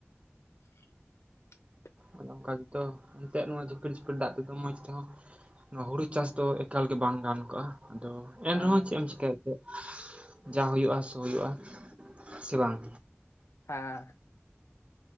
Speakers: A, on the left; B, on the right.
A: <inaudible>
B: ᱟᱫᱚ ᱚᱱᱠᱟ ᱜᱮ ᱛᱚ ᱮᱱᱛᱮ ᱱᱚᱣᱟ ᱡᱦᱤᱯᱤᱨ ᱡᱦᱤᱯᱤᱨ ᱫᱟᱜ ᱛᱮᱫᱚ ᱢᱚᱸᱡᱽ ᱛᱮᱦᱚᱸ, ᱱᱚᱣᱟ ᱦᱩᱲᱩ ᱪᱟᱥ ᱫᱚ ᱮᱠᱟᱞ ᱜᱮ ᱵᱟᱝ ᱜᱟᱱ ᱠᱚᱜᱼᱟ ᱟᱫᱚ, ᱮᱱᱨᱮᱦᱚᱸ
A: ᱦᱮᱸ
B: ᱪᱮᱜ ᱮᱢ ᱪᱤᱠᱟᱹᱭ ᱮᱜ-ᱛᱮ ᱡᱟ ᱦᱩᱭᱩᱜᱼᱟ ᱥᱳ ᱦᱩᱭᱩᱜᱼᱟ ᱥᱮ ᱵᱟᱝ?
A: ᱦᱮᱸ